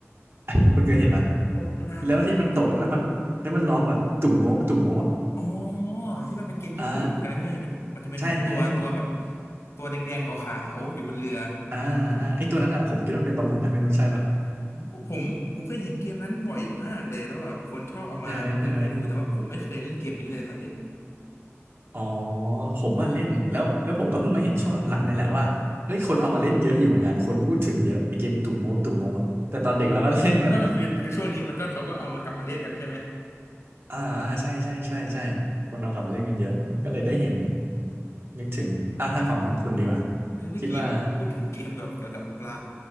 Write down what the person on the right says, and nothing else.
<laughs> คุณเคยเห็นปะ
แล้วที่มันตกแล้วมันแล้วมันร้องแบบตุ่มโมะตุ่มโมะอะ
อ่าใช่ใช่ใช่
อ่าอ่าไอตัวนั้นอ่ะผมคิดว่ามันเป็นปลาหมึกนะไม่รู้ใช่ปะ
ใช่ไหมใช่ไหมอ๋อผมมาเล่นแล้วแล้วผมก็เพิ่งมาเห็นช่วงหลังๆนี่แหละว่าเฮ้ยคนเอามาเล่นเยอะอยู่เหมือนกันคนพูดถึงเยอะไอเกมตุ่มโมะตุ่มโมะอะแต่ตอนเด็กเราก็เล่นแบบ
อ่าอ่าใช่ใช่ใช่ใช่คนเอากลับมาเล่นกันเยอะก็เลยได้เห็น
นึกถึงอ่าทางฝั่งของคุณดีกว่า
คิดว่า